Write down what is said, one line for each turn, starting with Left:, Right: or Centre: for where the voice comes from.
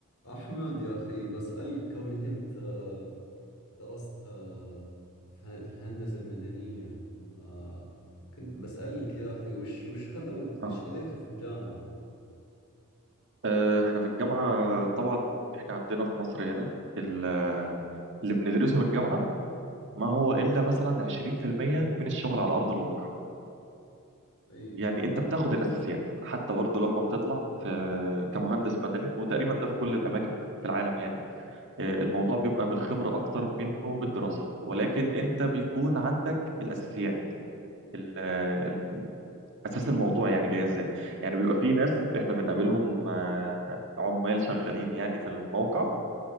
Left: أحمد يا أخي بسألك كونك أنت آه، درست آه، في في الهندسة المدنية آه، كنت بسألك يا أخي وش وش خذوت
Right: آه.
Left: وش خذيته في الجامعة؟
Right: آه، احنا في الجامعة طبعا احنا عندنا في مصر هنا ال- آه، اللي بندرسه في الجامعة ما هو إلا مثلا 20% من الشغل على أرض الواقع
Left: إي
Right: يعني أنت بتاخد الأساسيات حتى برضه لما بتطلع في كمهندس مدني وتقريبا ده في كل الأماكن في العالم يعني آه، الموضوع بيبقى بالخبرة أكتر منه بالدراسة ولكن أنت بيكون عندك الأساسيات ال- آه، ال- أساس الموضوع يعني جاي إزاي يعني بيبقى في ناس إحنا بنقابلهم آه، عمال شغالين يعني في الموقع